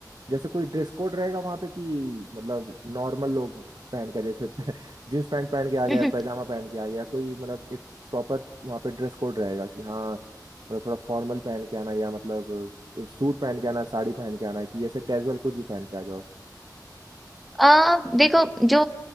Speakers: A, on the right (about 65°); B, in the centre.
A: जैसे कोई ड्रेस कोड रहेगा वहां पे कि मतलब नॉर्मल लोग पहन के जैसे <laughs> जींस पैंट पहन के आ
B: <laughs>
A: गया पैजामा पहन के आ गया कोई मतलब एक प्रॉपर वहां पे ड्रेस कोड रहेगा कि हाँ मतलब थोड़ा फॉर्मल पहन के आना या मतलब सूट पहन के आना साड़ी पहन के आना है कि जैसे कैजुअल कुछ भी पहन के आ जाओ
B: आ, देखो जो